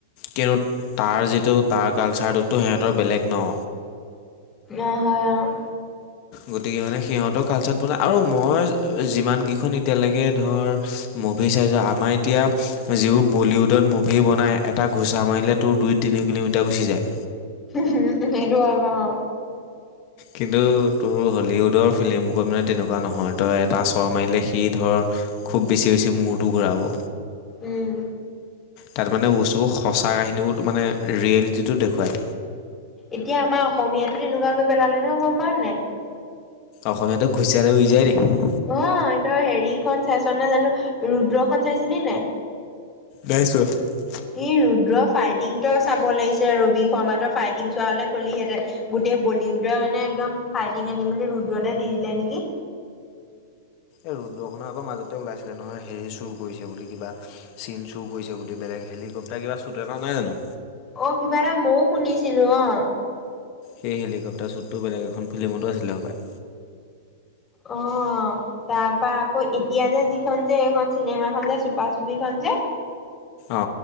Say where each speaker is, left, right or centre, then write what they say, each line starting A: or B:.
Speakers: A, on the left; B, on the left.
A: তাক <unintelligible> তাৰ যিটো তাৰ কালচাৰটোতো সিহঁতৰ বেলেগ ন?
B: আহ হ আহ।
A: গতিকে মানে সিহঁতৰ কালচাৰত মানে আৰু মই যিমানকেইখন এতিয়ালৈকে ধৰ মুভি চাইছো। আমাৰ এতিয়া যিবোৰ বলিউডত মুভি বনাই এটা ঘোঁচা মাৰিলে তোৰ দুই তিনি কিলোমিটাৰ গুচি যায়।
B: সেইটো হয় বাৰু অ।
A: কিন্তু তোৰ হলিউডৰ ফিল্মবুকত মানে তেনেকুৱা নহয় তই এটা চৰ মাৰিলে সি ধৰ খুব বেছি বেছি মূৰটো ঘূৰাব।
B: উম।
A: তাত মানে বস্তুবোৰ সঁচা কাহিনীও মানে ৰিয়েলিটিটো দেখুৱায়।
B: এতিয়া আমাৰ অসমীয়াতো তেনেকুৱাকৈ পেলালে নহয় গম প নে?
A: অসমীয়াটো ঘুচিয়া আৰু উই যায় ন?
B: অ তই হেৰিখন চাইছ নে জানো ৰুদ্ৰখন চাইছিলি নাই?
A: নাই চোৱা।
B: ই ৰুদ্ৰৰ ফাইটিংটো চাব লাগিছে ৰবি শৰ্মাটোৰ ফাইটিং চোৱা হলে ক'লিহেঁতেন। গোটেই বলিউডৰ মানে একদম ফাইটিং আনি মেলি ৰুদ্ৰতে দি দিলে নেকি
A: এই ৰ'দ্ৰখনৰ আকৌ মাজতে ওলাইছিলে নহয় হেৰি চুৰ কৰিছে বুলি কিবা চিন চুৰ কৰিছে বুলি বেলেগ হেলিকপটাৰ কিবা শ্বুট এটা নাই জানো?
B: অ কিবা এটা মইও শুনিছিলো অ
A: সেই হেলিকপ্টাৰ শ্বুটটো বেলেগ এখন ফিল্মতো আছিলে সবায়
B: অ তাৰ পৰা আকৌ এতিয়া যে যিখন যে এইখন চিনেমাখন যে চুপা চুপিখন যে
A: অ